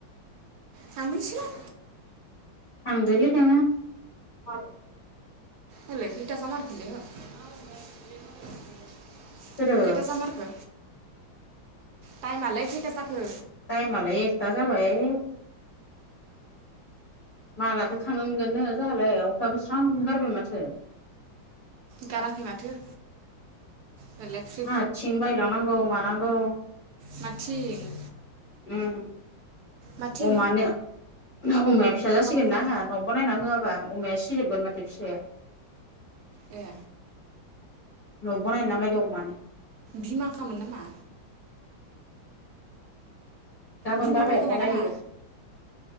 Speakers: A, on the right (about 75°); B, on the left (about 40°).
A: थांफिनसैलां।
B: थांदै दङो। <unintelligible>
A: अ लेखैथा ज मार फलि हो। <unintelligible>
B: सोरो
A: खैथा जामारखो। टाइमालै खैथा जाखो।
B: टाइमालाय एकथा जाबाय। मालाथो' थांनो मोनगोननो जोंहालाय अखायाबो स्रां गारबाय माथो।
A: गाराखै माथो। दालाय फ्रि
B: आहा थिं बायलां नांगौ मानांगौ।
A: मा थिं
B: उम
A: माथिं
B: अमानो अमाया फिसा
A: मा
B: जासिगोन
A: खालामनो हमो
B: ना आंहा। न' बानायना होयाबा अमाया सिजोबगोन माथो फिसाया।
A: ए।
B: न'बनायना मायदं मे। <unintelligible>
A: बिमाखामोन नामा।
B: गाबोन
A: बिमा
B: बाबाया
A: बायखानाय
B: बनायहैगोन।
A: नामा